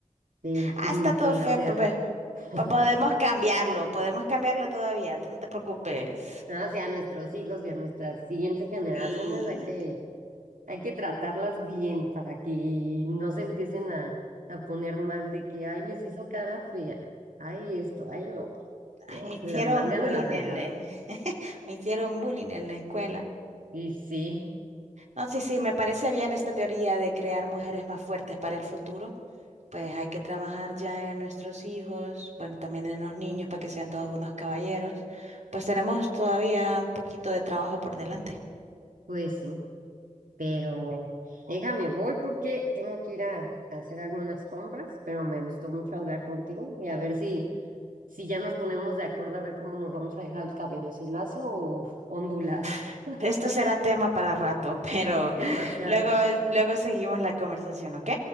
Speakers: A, on the right (about 85°); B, on the right (about 60°).
A: pero
B: Ah,
A: pues
B: está
A: ni
B: todo
A: qué
B: feo,
A: hacer.
B: papá.
A: <laughs>
B: Pa- Podemos cambiarlo, podemos cambiarlo todavía, tú no te preocupes.
A: No, o sea, nuestros hijos y a nuestras siguientes generaciones
B: Sí.
A: hay que Hay que tratarlas bien para que no se empiecen a, a poner mal de que, ay, les hizo cara fea, ay, esto, ay, lo otro.
B: Ay,
A: Eh,
B: me hicieron
A: que las mande
B: bullying
A: a la fregada.
B: en la... <laughs> me hicieron bullying en la escuela.
A: Y sí,
B: No, sí, sí, me parece bien esta teoría de crear mujeres más fuertes para el futuro. Pues hay que trabajar ya en nuestros hijos, bueno, también en los niños para que sean todos unos caballeros. Pues tenemos todavía un poquito de trabajo por delante.
A: pues sí, pero bueno, déjame, voy porque tengo que ir a, a hacer algunas compras, pero me gustó mucho hablar contigo y a ver si, si ya nos ponemos de acuerdo a ver cómo nos vamos a dejar el cabello, si lacio o ondulado.
B: <laughs>
A: <laughs>
B: Esto será tema para rato,
A: Es
B: pero
A: demasiado.
B: <laughs> luego, luego seguimos la conversación, ¿ok?